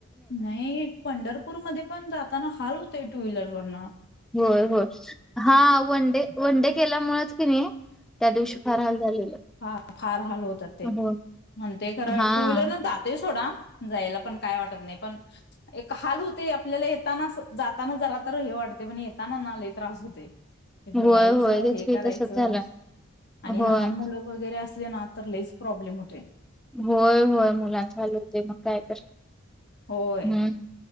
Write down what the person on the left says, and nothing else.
नाही पंढरपूरमध्ये पण जाताना, हाल होते टू व्हीलर पण.
फ फार हाल होतात, ते
म्हणते खरं
टू व्हीलर न जातेच. थोडा. जायला पण काय वाटत नाही, पण एक हाल होते आपल्याला येतानाचात ताना जरा तर हे वाटते पण येताना नाला त्रास होते. तथन
यायचं
हे
करायचं
आणि
लहान मुलं वगैरे असले ना तर लईच प्रॉब्लेम होते.
होय.